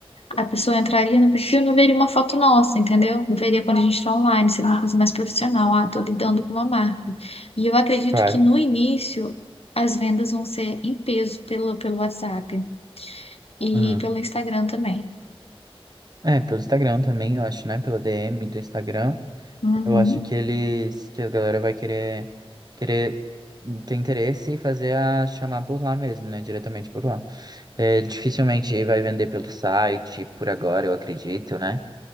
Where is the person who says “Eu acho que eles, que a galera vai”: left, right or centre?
Right